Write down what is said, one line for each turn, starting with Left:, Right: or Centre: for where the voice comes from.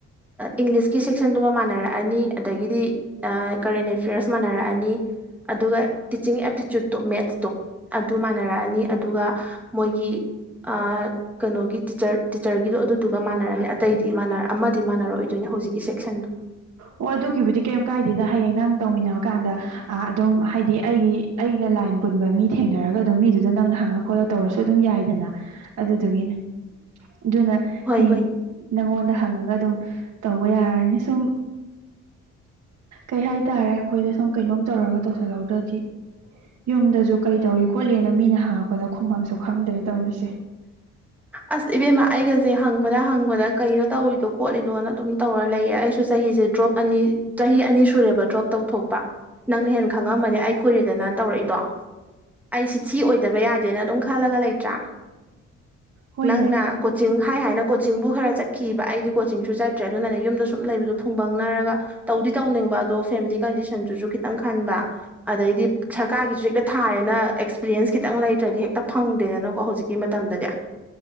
Centre: ꯏꯪꯂꯤꯁꯀꯤ ꯁꯦꯛꯁꯟꯗꯨꯃ ꯃꯥꯟꯅꯔꯛꯑꯅꯤ ꯑꯗ ꯏ ꯑ ꯀꯔꯦꯟ ꯑꯦꯐꯤꯌꯔꯁ ꯃꯥꯟꯅꯔꯛꯑꯅꯤ ꯑꯗꯨꯒ ꯇꯤꯆꯤꯡ ꯑꯦꯞꯇꯤꯆꯨꯠꯇꯣ ꯃꯦꯠꯁꯇꯣ ꯑꯗꯨ ꯃꯥꯟꯅꯔꯛꯑꯅꯤ ꯑꯗꯨꯒ ꯃꯣꯏꯒꯤ ꯑ.. ꯀꯅꯣꯒꯤ ꯇꯤꯆꯔ ꯇꯤꯆꯔꯒꯤꯗꯣ ꯑꯗꯨꯗꯨꯒ ꯃꯥꯟꯅꯔꯅꯤ ꯑꯇꯩꯗꯤ ꯃꯥꯟꯅꯔ ꯑꯃꯗꯤ ꯃꯥꯟꯅꯔꯛꯑꯣꯏꯗꯣꯏꯅꯦ ꯍꯧꯖꯤꯛꯀꯤ ꯁꯦꯛꯁꯟꯗꯣ
Right: ꯑꯣ ꯑꯗꯨꯒꯤꯕꯨꯗꯤ ꯀꯩꯝ ꯀꯥꯏꯗꯦꯗ ꯍꯌꯦꯡ ꯅꯪ ꯇꯧꯃꯤꯟꯅꯕ ꯀꯥꯟꯗ ꯑ ꯑꯗꯨꯝ ꯍꯥꯏꯗꯤ ꯑꯩꯒꯤ ꯑꯩꯒ ꯂꯥꯏꯟ ꯄꯨꯟꯕ ꯃꯤ ꯊꯦꯡꯅꯔꯒ ꯑꯗꯨꯝ ꯃꯤꯗꯨꯗ ꯅꯪꯅ ꯍꯪꯉ ꯈꯣꯠꯂ ꯇꯧꯔꯁꯨ ꯑꯗꯨꯝ ꯌꯥꯏꯗꯅ ꯑꯗꯨꯗꯨꯒꯤꯅꯦ ꯑꯗꯨꯅ
Centre: ꯍꯣꯏ
Right: ꯍꯌꯦꯡ
Centre: ꯍꯣꯏ
Right: ꯅꯪꯉꯣꯟꯗ ꯍꯪꯉꯒ ꯑꯗꯨꯝ ꯇꯧꯕ ꯌꯥꯔꯅꯤ ꯁꯨꯝ ꯀꯩ ꯍꯥꯏꯇꯥꯔꯦ ꯑꯈꯣꯏꯗꯣ ꯁꯨꯝ ꯀꯩꯅꯣꯝ ꯇꯧꯔꯒ ꯇꯧꯁꯜꯍꯧꯗ꯭ꯔꯗꯤ ꯌꯨꯝꯗꯁꯨ ꯀꯩ ꯇꯧꯔꯤ ꯈꯣꯠꯂꯤꯅ ꯃꯤꯅ ꯍꯥꯡꯉꯛꯄꯗ ꯈꯨꯝꯕꯝꯁꯨ ꯈꯪꯗ꯭ꯔꯦ ꯇꯧꯔꯤꯁꯦ
Centre: ꯑꯁ ꯏꯕꯦꯝꯃ ꯑꯩꯒꯁꯦ ꯍꯪꯕꯗ ꯍꯪꯕꯗ ꯀꯩꯅꯣ ꯇꯧꯔꯤꯗꯣ ꯈꯣꯠꯂꯤꯗꯣꯅ ꯑꯗꯨꯝ ꯇꯧꯔ ꯂꯩꯌꯦ ꯑꯩꯁꯨ ꯆꯍꯤꯖꯦ ꯗ꯭ꯔꯣꯞ ꯑꯅꯤ ꯆꯍꯤ ꯑꯅꯤ ꯁꯨꯔꯦꯕ ꯗ꯭ꯔꯣꯞ ꯇꯧꯊꯣꯛꯄ ꯅꯪꯅ ꯍꯦ ꯈꯪꯉꯝꯅꯦ ꯑꯩ ꯀꯨꯏꯔꯦꯗꯅ ꯇꯧꯔꯛꯏꯗꯣ ꯑꯩꯁꯤꯠ ꯁꯤ ꯑꯣꯏꯗꯕ ꯌꯥꯗꯦꯅ ꯑꯗꯨꯝ ꯈꯜꯂꯒ ꯂꯩꯇ꯭ꯔꯥ
Right: ꯍꯣꯏꯅꯦ
Centre: ꯅꯪꯅ ꯀꯣꯆꯤꯡ ꯍꯥꯏ ꯍꯥꯏꯅ ꯀꯣꯆꯤꯡꯕꯨ ꯈꯔ ꯆꯠꯈꯤꯕ ꯑꯩꯗꯤ ꯀꯣꯆꯤꯡꯁꯨ ꯆꯠꯇ꯭ꯔꯦ ꯑꯗꯨꯅꯅꯦ ꯌꯨꯝꯗ ꯁꯨꯝ ꯂꯩꯕꯗꯣ ꯐꯨꯡꯕꯪꯅꯔꯒ ꯇꯧꯗꯤ ꯇꯧꯅꯤꯡꯕ ꯑꯗꯣ ꯐꯦꯝꯂꯤ ꯀꯟꯗꯤꯁꯟꯗꯨꯁꯨ ꯈꯤꯇꯪ ꯈꯟꯕ ꯑꯗꯩꯗꯤ ꯁꯔꯀꯥꯔꯒꯤꯁꯨ ꯍꯦꯛꯇ ꯊꯥꯔꯦꯅ ꯑꯦꯛꯁꯄꯤꯔꯤꯌꯦꯟꯁ ꯈꯤꯇꯪ ꯂꯩꯇ꯭ꯔꯗꯤ ꯍꯦꯛꯇ ꯐꯪꯗꯦꯗꯅꯀꯣ ꯍꯧꯖꯤꯛ ꯒꯤ ꯃꯇꯝꯗꯗꯤ